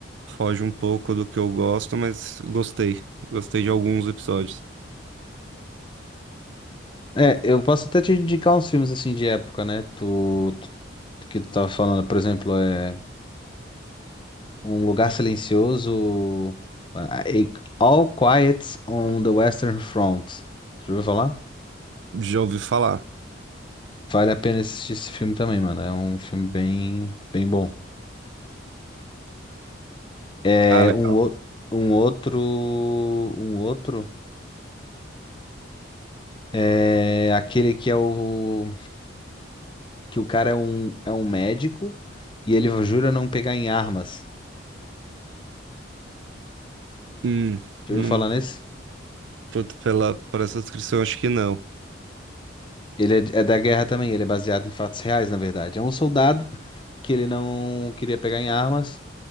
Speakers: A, on the right; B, on the left.
A: foge um pouco do que eu gosto, mas gostei. Gostei de alguns episódios.
B: É, eu posso até te indicar uns filmes assim de época, né? Tu, tu- que tu tava falando, por exemplo, é Um Lugar Silencioso, a- a- All Quiet on the Western Front. Tu já ouviu falar?
A: Já ouvi falar.
B: Vale a pena assistir esse filme também, mano. É um filme bem, bem bom. É
A: Ah, legal.
B: um, ou- um outro, um outro é aquele que é o que o cara é um é um médico e ele jura não pegar em armas.
A: Hum,
B: Já
A: não,
B: ouviu falar nesse?
A: puto, pela, por essa descrição, acho que não.
B: Ele é, é da guerra também, ele é baseado em fatos reais, na verdade. É um soldado que ele não queria pegar em armas